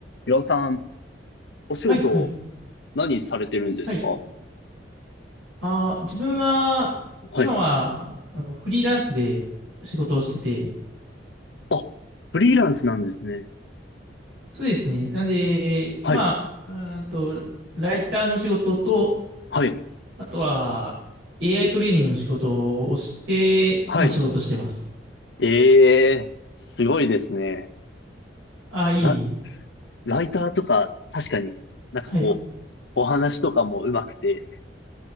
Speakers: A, on the left; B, on the right.
A: 岩尾さん、お仕事、
B: はい、はい、
A: 何されてるんですか
B: はい。あー、自分は、
A: はい。
B: 今は、ああの、フリーランスで仕事をしてて、
A: あ、フリーランスなんですね。
B: そうですね。なんで、
A: はい、
B: まあ、あーと、ライターの仕事と、
A: はい、
B: あとは、AI トレーニングの仕事をして、
A: はい。
B: まあ、仕事してます。
A: ええすごいですね。
B: あー、いえいえ、
A: ラ、
B: いい
A: ライターとか、確かに、なんかこう、
B: はい。
A: お話とかも上手くて、